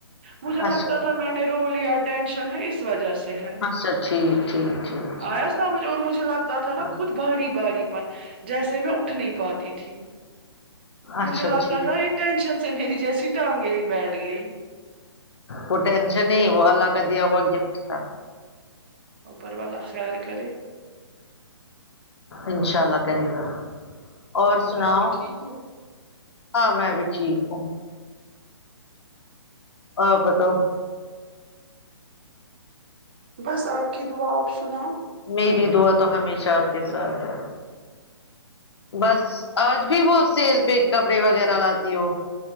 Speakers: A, on the right; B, on the left.
A: مجھے
B: اچھا
A: لگتا تھا میں نے رو لیا ٹینشن ہے اس وجہ سے ہے
B: اچھا ٹھیک ٹھیک ٹھیک
A: آیا سمجھ اور مجھے لگتا تھا نا
B: ہاں،
A: خود باراری باراری پن جیسے میں اٹھ نہیں پاتی تھی
B: اچھا
A: مجھے لگتا
B: ٹھیک
A: تھا یہ ٹینشن سے میری جیسی ٹانگ گئی بیٹھ گئی
B: وہ ٹینشن نہیں وہ اللہ کا دیا ہوا گفٹ تھا
A: اوپر والا خیر کرے
B: انشاء اللہ کرے گا اور سناؤ
A: باقی ٹھیک ہے
B: ہاں میں بھی ٹھیک ہوں آ پتا
A: بس آپ کی دعا آپ سناؤ
B: میری دعا تو ہمیشہ آپ کے ساتھ ہے بس آج بھی وہ سیل پہ کپڑے وغیرہ لاتی ہو